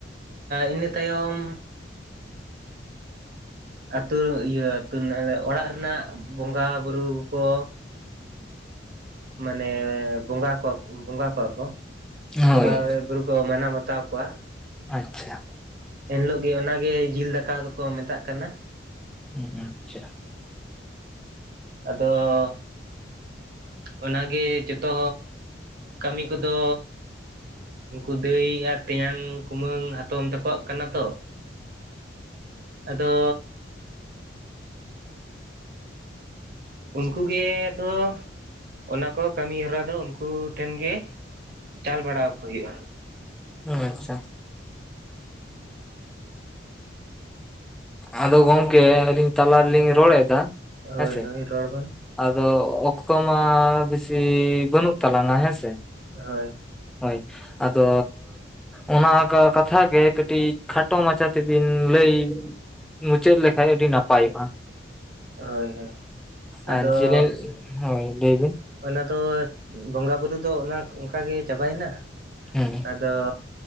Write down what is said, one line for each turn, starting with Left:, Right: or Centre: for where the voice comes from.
Right: ᱤᱱᱟᱹ ᱛᱟᱭᱚᱢ ᱟᱹᱛᱩ ᱤᱭᱟᱹ ᱟᱹᱛᱩ ᱨᱮᱱᱟᱜᱼᱞᱮ ᱾ ᱚᱲᱟᱜ ᱨᱮᱱᱟᱜ ᱵᱚᱸᱜᱟ ᱵᱩᱨᱩ ᱠᱚ
Centre: <inaudible>
Right: ᱢᱟᱱᱮ ᱵᱚᱸᱜᱟ ᱠᱚᱣᱟ ᱵᱚᱸᱜᱟ ᱠᱚᱣᱟ ᱠᱚ ᱾
Centre: ᱦᱳᱭ
Right: ᱵᱚᱸᱜᱟ ᱵᱩᱨᱩ ᱠᱚ ᱢᱟᱱᱟᱣ ᱵᱟᱛᱟᱣ ᱠᱚᱣᱟ ᱾
Centre: ᱟᱪᱪᱷᱟ
Right: ᱮᱱ ᱦᱤᱞᱳᱜ ᱜᱤ ᱚᱱᱟᱜᱤ ᱡᱤᱞ ᱫᱟᱠᱟ ᱫᱚᱠᱚ ᱢᱮᱛᱟᱜ ᱠᱟᱱᱟ ᱾
Centre: ᱦᱩᱸ ᱟᱪᱪᱷᱟ
Right: ᱟᱫᱚᱻ ᱚᱱᱟᱜᱤ ᱡᱚᱛᱚ ᱠᱟᱹᱢᱤ ᱠᱚᱫᱚ ᱩᱱᱠᱩ ᱫᱟᱹᱭ ᱟᱨ ᱛᱮᱧᱟᱝ ᱠᱩᱢᱟᱹᱝ ᱦᱟᱛᱚᱢ ᱛᱟᱠᱚᱟᱜ ᱠᱟᱱᱟ ᱛᱚ ᱟᱫᱚ ᱩᱱᱠᱩᱜᱮ ᱟᱫᱚ ᱚᱱᱟ ᱠᱚ ᱠᱟᱹᱢᱤ ᱦᱚᱨᱟ ᱫᱚ ᱩᱱᱠᱩ ᱴᱷᱮᱱ ᱜᱮ ᱪᱟᱞ ᱵᱟᱲᱟᱣ ᱟᱠᱚ ᱦᱩᱭᱩᱜᱼᱟ ᱾
Centre: ᱚ ᱟᱪᱪᱷᱟ ᱟᱫᱚ ᱜᱚᱝᱠᱮ ᱟᱹᱞᱤᱧ ᱛᱞᱟ ᱨᱮᱞᱤᱧ ᱨᱚᱲ ᱮᱫᱟ
Right: ᱦᱳᱭ
Centre: ᱦᱮᱸᱥᱮ
Right: ᱦᱳᱭ ᱨᱚᱲ ᱵᱮᱱ
Centre: ᱟᱫᱚ ᱚᱠᱛᱚ ᱢᱟ ᱵᱮᱥᱤ ᱵᱟᱹᱱᱩᱜ ᱛᱟᱞᱟᱝᱟ ᱦᱮᱸ ᱥᱮ
Right: ᱦᱳᱭ
Centre: ᱦᱳᱭ ᱟᱫᱚ ᱚᱱᱟ ᱠᱟᱛᱷᱟ ᱜᱮ ᱠᱟᱹᱴᱤᱡ ᱠᱷᱟᱴᱚ ᱢᱟᱪᱷᱟ ᱛᱮᱵᱤᱱ ᱞᱟᱹᱭ ᱢᱩᱪᱟᱹᱫ ᱞᱮᱠᱷᱟᱡ ᱟᱹᱰᱤ ᱱᱟᱯᱟᱭᱚᱜ-ᱟ
Right: ᱦᱳᱭ ᱦᱳᱭ ᱟᱫᱚ
Centre: ᱟᱨ ᱡᱮᱞᱮᱧ ᱦᱳᱭ ᱞᱟᱹᱭ ᱵᱤᱱ
Right: ᱚᱱᱟ ᱫᱚ ᱵᱚᱸᱜᱟ ᱵᱩᱨᱩ ᱫᱚ ᱚᱱᱟ ᱚᱱᱠᱟ ᱜᱮ ᱪᱟᱵᱟᱭᱮᱱᱟ
Centre: ᱦᱩᱸ
Right: ᱟᱫᱚ